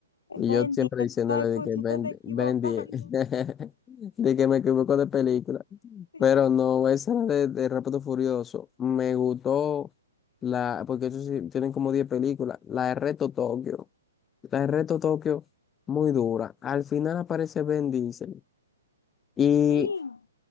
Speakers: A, on the left; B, on the left.
A: Y
B: Vin
A: yo siempre
B: Diesel,
A: diciéndole
B: tú estás,
A: de
B: equivo-
A: que
B: tú
A: Ben
B: te estás equivocando.
A: Ben Bendy, <laughs> de que me equivoco de película.
B: <laughs>
A: Pero no,
B: Sí,
A: esa era de, de Rápido Furioso. Me gustó la, porque ellos sí tienen como 10 películas. La de Reto Tokio. La de Reto Tokio, muy dura. Al final aparece Ben Diesel. Y,
B: Vin,